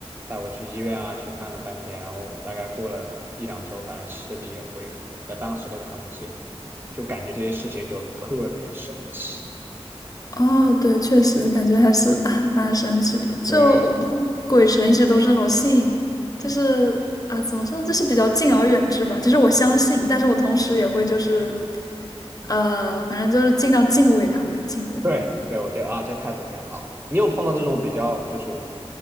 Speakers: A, on the right; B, on the left.
A: 带我去医院啊，去看了半天，然后大概过了一两周，反正视力也恢复了，但当时都看不见，就感觉这些事情就特别神奇。
B: 哦，对，确实感觉还是 <laughs> 啊蛮神奇的。就我对鬼神一直都是那种信，
A: 对
B: 就是啊，怎么说呢，就是比较敬而远之吧。就是我相信，但是我同时也会就是，呃，反正就是尽量敬畏他们，敬畏。
A: 对对，我觉得啊，这态度挺好。你有碰到这种比较就是